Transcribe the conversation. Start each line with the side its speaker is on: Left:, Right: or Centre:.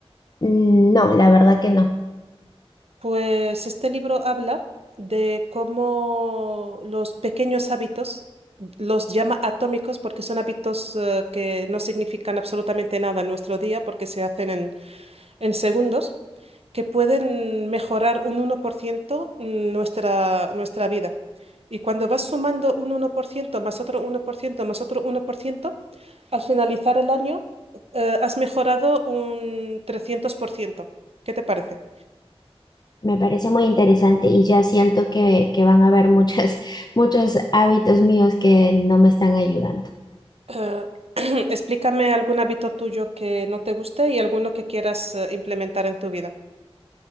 Left: Mm, No, la verdad que no.
Right: Pues este libro habla de cómo los pequeños hábitos, los llama atómicos porque son hábitos eh, que no significan absolutamente nada en nuestro día porque se hacen en, en segundos, que pueden mejorar un uno por ciento mm, nuestra, nuestra vida. Y cuando vas sumando un uno por ciento más otro uno por ciento más otro uno por ciento, al finalizar el año, eh, has mejorado un 300%. ¿Qué te parece?
Left: Me parece muy interesante y ya siento que, que van a haber muchas, <laughs> muchos hábitos míos que no me están ayudando.
Right: Eh, <clears throat> explícame algún hábito tuyo que no te guste y alguno que quieras eh, implementar en tu vida.